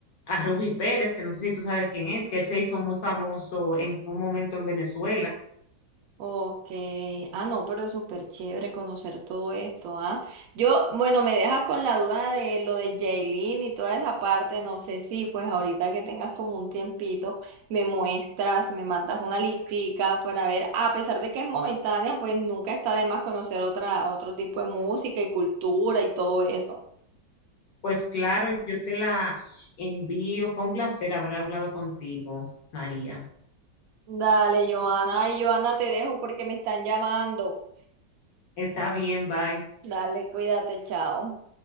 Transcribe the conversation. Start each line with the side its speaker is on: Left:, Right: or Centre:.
Left: a Ruby Pérez, que no sé si tú sabes quién es, que él se hizo muy famoso en un momento en Venezuela.
Right: Ok, ah no, pero súper chévere conocer todo esto, ¿ah? Yo, bueno, me dejas con la duda de lo de Jailin y toda esa parte, no sé si pues ahorita que tengas como un tiempito, me muestras, me mandas una listica para ver, a pesar de que es momentánea, pues nunca está de más conocer otra, otro tipo de música y cultura y todo eso.
Left: Pues claro, yo te la envío. Fue un placer haber hablado contigo, María.
Right: Dale, Joana, ay, Joana, te dejo porque me están llamando.
Left: Está bien, bye.
Right: Dale, cuídate, chao.